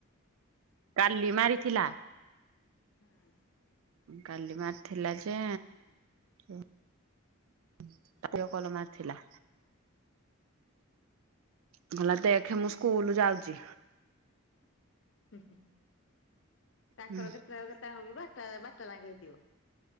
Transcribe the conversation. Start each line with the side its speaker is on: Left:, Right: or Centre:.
Right: କାଲି ମାରିଥିଲା।
Left: ହଁ।
Right: କାଲି ମାରିଥିଲା ଯେ <unintelligible> କଲ ମାରି ଥିଲା। କହିଲା ଦେଖେ ମୁଁ ସ୍କୁଲ ଯାଉଛି।
Left: ହୁଁ ହୁଁ। ତାଙ୍କର
Right: ହୁଁ
Left: କେତେଟା ରୁ କେତେଟା ହଉଛି ବାରଟା ବାରଟା ଯାକେ ହେଇଥିବ।